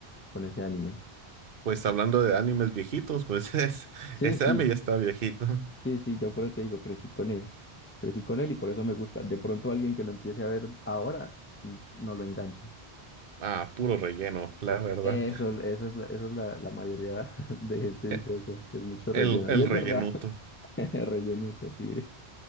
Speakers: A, on the left; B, on the right.
A: con ese anime.
B: Pues hablando de animes viejitos, pues <laughs> es,
A: Sí,
B: ese
A: sí.
B: anime ya está viejito.
A: Sí, sí, yo por eso te digo, crecí con él, crecí con él y por eso me gusta. De pronto alguien que lo empiece a ver ahora mm, no lo enganche.
B: Ah, puro relleno, la verdad.
A: Eso, esa es la, esa es la, la mayoría <laughs> de gente dice
B: E-
A: eso, que es mucho relleno.
B: El, el
A: Y es
B: rellenuto.
A: verdad, <laughs> rellenuto, sí.